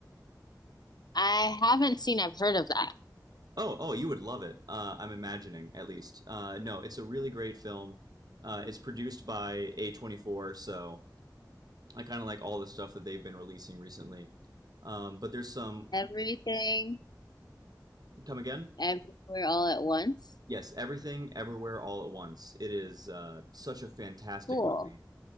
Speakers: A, on the left (about 70°); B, on the right (about 65°).
A: I haven't seen. I've heard of that.
B: Oh, oh, you would love it. Uh, I'm imagining, at least. Uh, no, it's a really great film. Uh, it's produced by A24, so I kind of like all the stuff that they've been releasing recently. Um, but there's some.
A: Everything,
B: Come again?
A: everywhere, all at once.
B: Yes, Everything, Everywhere, All at Once. It is uh, such a fantastic
A: Cool.
B: movie.